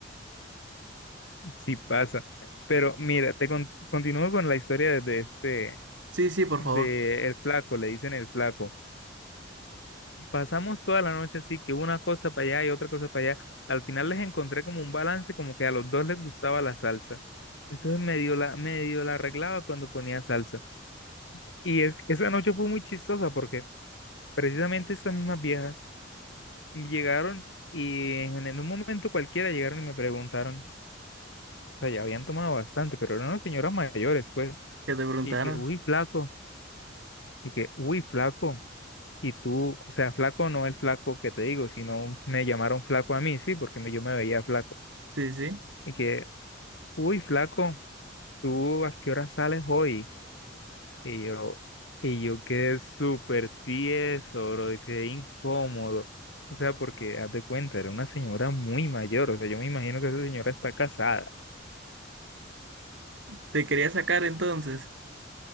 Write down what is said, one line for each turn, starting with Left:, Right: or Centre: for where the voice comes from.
Left: sí pasa. Pero mira, te con- continúo con la historia de de este,
Right: Sí, sí, por
Left: de
Right: favor,
Left: el flaco, le dicen el flaco. pasamos toda la noche así, que una cosa para allá y otra cosa para allá. Al final les encontré como un balance, como que a los dos les gustaba la salsa. Entonces medio la, medio la arreglaba cuando ponía salsa. Y es, esa noche fue muy chistosa porque precisamente estas mismas viejas llegaron y en, en un momento cualquiera llegaron y me preguntaron, o sea, ya habían tomado bastante, pero eran unas señoras mayores, pues,
Right: que te preguntaron.
Left: y que, uy, flaco, y que, uy, flaco. Y tú, o sea, flaco no el flaco que te digo, sino me llamaron flaco a mí, sí, porque me- yo me veía flaco.
Right: Sí, sí,
Left: Y que, uy, flaco, ¿tú a qué hora sales hoy? Y yo, y yo quedé súper tieso, bro, y quedé incómodo. O sea, porque, haz de cuenta, era una señora muy mayor, o sea, yo me imagino que esa señora está casada.
Right: te quería sacar entonces.